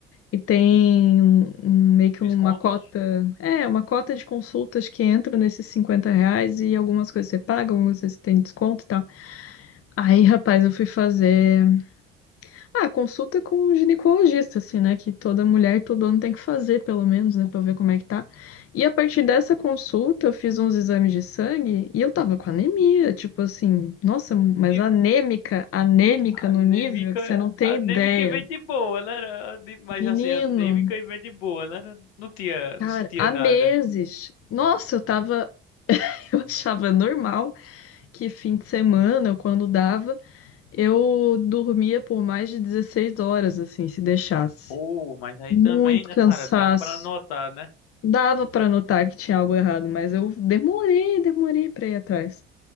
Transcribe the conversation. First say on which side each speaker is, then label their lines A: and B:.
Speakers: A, on the left; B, on the left.
A: e tem um- um- meio que
B: Descontos.
A: uma cota, é, uma cota de consultas que entra nesses 50 reais e algumas coisas você paga, algumas coisas você tem desconto e tal. Aí, rapaz, eu fui fazer ah, consulta com um ginecologista, assim, né? Que toda mulher todo ano tem que fazer, pelo menos, né? Pra ver como é que tá. E a partir dessa consulta, eu fiz uns exames de sangue e eu tava com anemia, tipo assim, nossa, mas
B: E
A: anêmica, anêmica
B: a
A: no
B: anêmica.
A: nível que você não tem
B: a Anêmica
A: ideia.
B: e vem de boa, né? Era de- Mas
A: Menino,
B: assim, a anêmica e vem de boa, né? Era- Não tinha,
A: cara,
B: não sentia
A: há
B: nada.
A: meses. Nossa, eu tava. <laughs> Eu achava normal que fim de semana, quando dava, eu dormia por mais de 16 horas, assim, se deixasse.
B: Pô, mas aí
A: Muito
B: também, né,
A: cansaço.
B: cara? Dá pra notar, né?
A: Dava pra notar que tinha algo errado, mas eu demorei, demorei pra ir atrás.